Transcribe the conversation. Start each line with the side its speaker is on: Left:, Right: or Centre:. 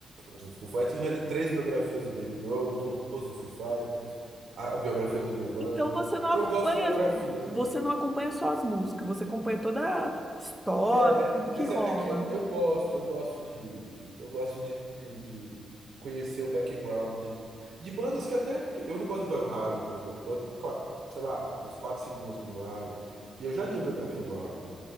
Right: do Foo Fighters já li três biografias do Dave Grohl, duas do Foo Fighters, a, a biografia do Nirvana.
Centre: Então você não acompanha,
Right: Eu gosto de biografia
Centre: você
Right: também.
Centre: não acompanha só as músicas, você acompanha toda a história,
Right: É,
Centre: tudo que
Right: mas
Centre: rola.
Right: é, é que eu, eu gosto, eu gosto de, eu gosto de, de de conhecer o background de bandas que até que- eu não gosto de Van Halen, por exemplo. Eu gosto, do cla- sei lá, uns quatro, cinco músicas do Van Halen. E eu já li a biografia do Van Halen.